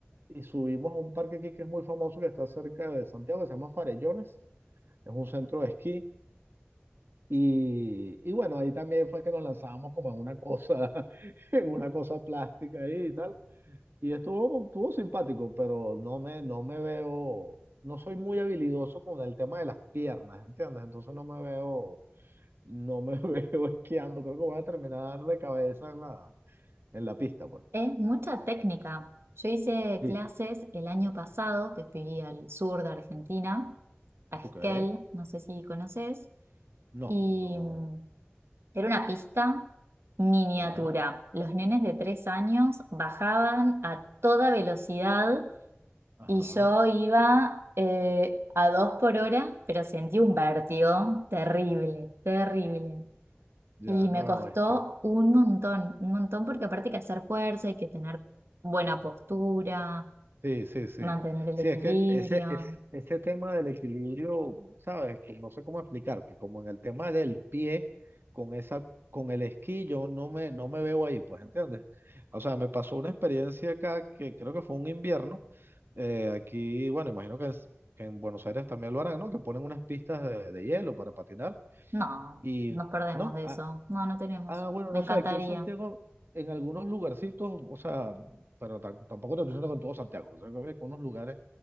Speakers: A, on the right; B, on the right.
A: y subimos a un parque aquí que es muy famoso que está cerca de Santiago que se llama Farellones. Es un centro de esquí Y, y bueno, ahí también fue que nos lanzábamos como en una cosa, <laughs> en una cosa plástica ahí y tal. Y estuvo, estuvo simpático, pero no me, no me veo, no soy muy habilidoso con el tema de las piernas, ¿entiendes? Entonces no me veo, no me <laughs> veo esquiando. Creo que voy a terminar de cabeza en la, en la pista, pues.
B: Es mucha técnica. Yo hice
A: Sí,
B: clases el año pasado, que fui al sur de Argentina, a Esquel,
A: ok.
B: no sé si conoces,
A: No,
B: y
A: no,
B: mm, era una pista miniatura.
A: ya,
B: Los nenes de tres años bajaban a toda velocidad
A: ajá,
B: y yo iba eh, a dos por hora, pero sentí un vértigo terrible, terrible.
A: ya
B: Y me
A: no,
B: costó
A: este.
B: un montón, un montón, porque aparte hay que hacer fuerza, hay que tener buena postura,
A: Sí, sí, sí.
B: mantener el
A: Sí,
B: equilibrio.
A: es que ese, es, ese tema del equilibrio, ¿sabes? Que no sé cómo explicarte, como en el tema del pie, con esa, con el esquí, yo no me, no me veo ahí, pues, ¿entiendes? O sea, me pasó una experiencia acá que creo que fue un invierno. eh, aquí, bueno, imagino que en, que en Buenos Aires también lo harán, ¿no? Que ponen unas pistas de, de hielo para patinar.
B: No,
A: Y,
B: nos perdemos
A: no,
B: de
A: ah,
B: eso. No, no tenemos.
A: ah, bueno,
B: Me
A: no
B: encantaría.
A: sé, aquí en Santiago, en algunos lugarcitos, o sea, pero tam- tampoco te estoy diciendo con todo Santiago, o sea, que había unos lugares